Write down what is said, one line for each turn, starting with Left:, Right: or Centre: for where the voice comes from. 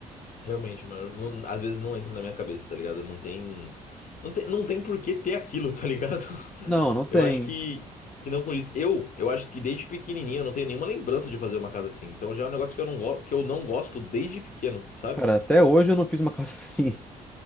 Left: Realmente, mano, não- às vezes não entra na minha cabeça, tá ligado? Não tem, não tem, não tem por que ter aquilo, tá ligado? <laughs>
Centre: Não, não tem.
Left: Eu acho que, que não condiz. Eu, eu acho que desde pequenininho eu não tenho nenhuma lembrança de fazer uma casa assim. Então já é um negócio que eu não, go- que eu não gosto desde pequeno, sabe?
Centre: Cara, até hoje eu não fiz uma casa <laughs> assim.